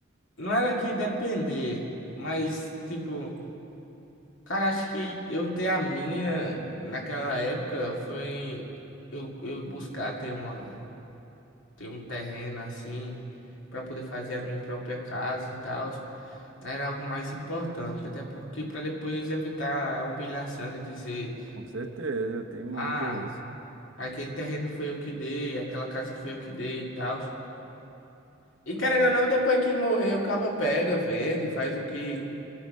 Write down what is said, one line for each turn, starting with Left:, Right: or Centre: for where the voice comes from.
Left: não era que depender, mas tipo, cara, acho que eu ter a minha naquela época foi eu, eu buscar ter uma ter um terreno assim para poder fazer a minha própria casa e tal, era algo mais importante, até porque para depois evitar a humilhação de dizer,
Right: Com certeza, tem muito
Left: ah,
Right: isso.
Left: aquele terreno foi eu que dei, aquela casa foi eu que dei e tal. E querendo
Right: É,
Left: ou não, depois que morrer, o cabo pega, vende, faz o que,